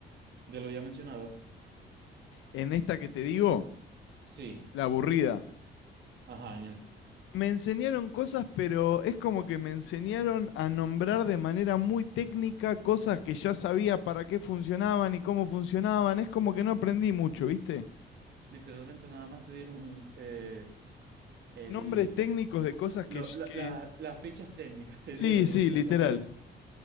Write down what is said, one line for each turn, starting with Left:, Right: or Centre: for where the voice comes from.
Right: de lo ya mencionado.
Left: En esta que te digo,
Right: Sí,
Left: la aburrida.
Right: ajá, en el-
Left: Me enseñaron cosas, pero es como que me enseñaron a nombrar de manera muy técnica cosas que ya sabía para qué funcionaban y cómo funcionaban. Es como que no aprendí mucho, ¿viste?
Right: literalmente nada más te dieron eh, el
Left: Nombres técnicos de cosas que,
Right: lo- la-
Left: que...
Right: la- las fichas técnicas te
Left: Sí,
Right: dieron de
Left: sí,
Right: lo que
Left: literal.
Right: ya sabías.